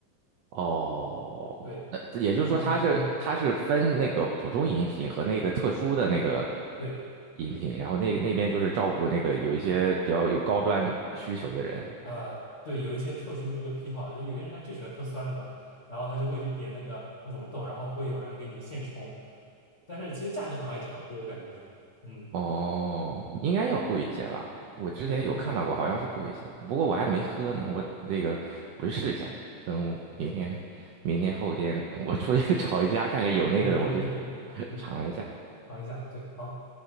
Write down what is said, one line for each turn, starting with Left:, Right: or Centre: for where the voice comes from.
Right: 哦，
Left: 对，
Right: 那也就是说，
Left: 现场手冲的，
Right: 它是它是分那个普通饮品和那个特殊的那个
Left: 对。
Right: 饮品，然后那那边就是照顾那个有一些比较有高端需求的人。
Left: 是的。呃，对，有一些特殊这个癖好，就有些人他就喜欢喝酸的嘛，然后他就会去点那个那种豆，然后会有人给你现冲，但是其实价格好像也差不多，我感觉，嗯，
Right: 哦，应该要贵一些了。我之前有看到过，
Left: 对对，应该会贵一点，
Right: 好像是贵一些，
Left: 嗯
Right: 不过我还没喝呢。我那个我去试一下，等明天、
Left: 嗯嗯，
Right: 明天后天我出去 <laughs> 找一家看看有那个的，
Left: 可以可以可以可以，
Right: 我就 <laughs>
Left: 嗯，
Right: 尝一下。
Left: 尝一下，对，好，